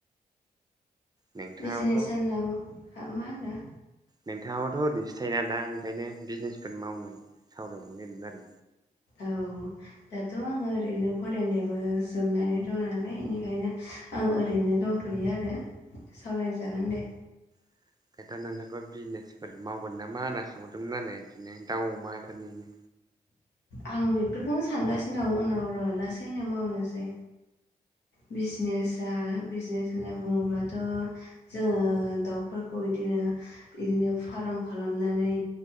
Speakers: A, on the right (about 25°); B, on the left (about 80°).
A: नोंथाङाथ'
B: बिजनेस होनना बु हो मा होनदों?
A: नोंथाङाबोथ' ओरैसो थायोना दा ओंखायनो बिजनेसफोर मावनो सावरायहरनो नागिरदों आरो
B: औ दाथ' आङो ओरैनो फरायनायाबो जोबनानै दं आरोने इनिखायनो‌ आं ओरैनो दंथ'यो आरो सावराय जागोन दे।
A: <inaudible> ओंखायथ' नोंथांखौ बिजिनेसफोर मावगोन नामा होनना सोंहरदोंमोन आरो बिदिनो दाउ अमाफोरनिनो
B: आं बेफोरखौनो सानगासिनो दं उनावर' लासैनो मावनोसै बिज निसा बिजनेस होनना बुङोब्लाथ' जोङो दाउफोरखौ इदिनो इदिनो फार्म खालामनानै